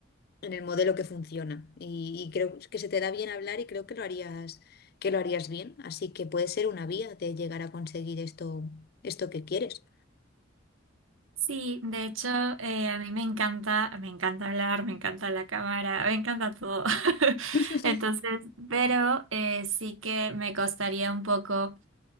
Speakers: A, on the left (about 50°); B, on the right (about 80°).
A: en el modelo que funciona. Y, y creo que se te da bien hablar y creo que lo harías, que lo harías bien. Así que puede ser una vía de llegar a conseguir esto, esto que quieres.
B: Sí, de hecho, eh, a mí me encanta, me encanta hablar, me encanta la cámara, me encanta todo. <laughs>
A: <laughs>
B: Entonces, pero eh, sí que me costaría un poco